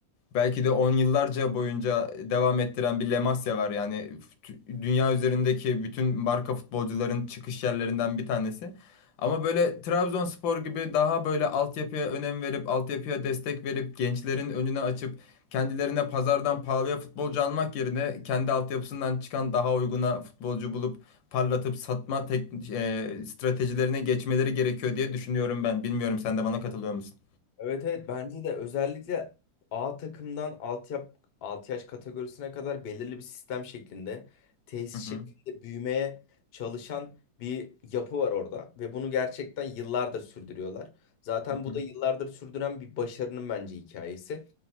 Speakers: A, on the left (about 80°); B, on the left (about 55°).
A: Belki de on yıllarca boyunca devam ettiren bir Lemasya var. Yani t- dünya üzerindeki bütün marka futbolcuların çıkış yerlerinden bir tanesi. Ama böyle Trabzonspor gibi daha böyle altyapıya önem verip, altyapıya destek verip, gençlerin önüne açıp, kendilerine pazardan pahalıya futbolcu almak yerine kendi altyapısından çıkan daha uyguna futbolcu bulup parlatıp satma tek, e, stratejilerine geçmeleri gerekiyor diye düşünüyorum ben. Bilmiyorum sen de bana katılıyor musun?
B: Evet evet bence de özellikle A takımdan alt, yap, alt yaş kategorisine kadar belirli bir sistem şeklinde tesis
A: Hı
B: şeklinde
A: hı,
B: büyümeye çalışan bir yapı var orada ve bunu gerçekten yıllardır sürdürüyorlar. Zaten
A: hı
B: bu
A: hı,
B: da yıllardır sürdüren bir başarının bence hikayesi.